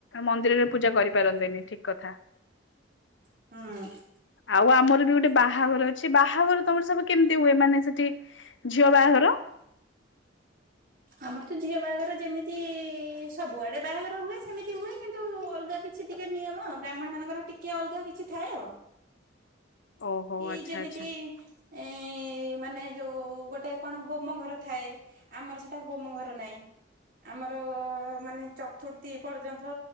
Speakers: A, on the left; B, on the right.
A: ମନ୍ଦିରରେ ପୂଜା କରିପାରନ୍ତିନି ଠିକ କଥା।
B: ହୁଁ।
A: ଆଉ ଆମର ବି ଗୋଟେ ବାହାଘର ଅଛି, ବାହାଘର ତମର ସବୁ କେମିତି ହୁଏ ମାନେ ସେଠି ଝିଅ ବାହାଘର?
B: ଆମର ତ ଝିଅ ବାହାଘର ଯେମିତି ସବୁଆଡ଼େ ବାହାଘର ହୁଏ ସେମିତି ହୁଏ, କିନ୍ତୁ ଅଲଗା କିଛି କିଛି ଟିକେ ନିୟମ ବ୍ରାହ୍ମଣ ମାନଙ୍କର ଟିକେ ଅଲଗା କିଛି ଥାଏ ଆଉ।
A: ଓହୋ
B: ଏଇ
A: ଆଚ୍ଛା
B: ଯେମିତି
A: ଆଚ୍ଛା <inaudible>
B: ଏ ମାନେ ଯୋଉ ଗୋଟେ କଣ ହୋମ ଘର ଥାଏ ଆମର ସେଟା ହୋମ ଘର ନାହିଁ। ଆମର ମାନେ ଚତୁର୍ଥୀ ପର୍ଯ୍ୟନ୍ତ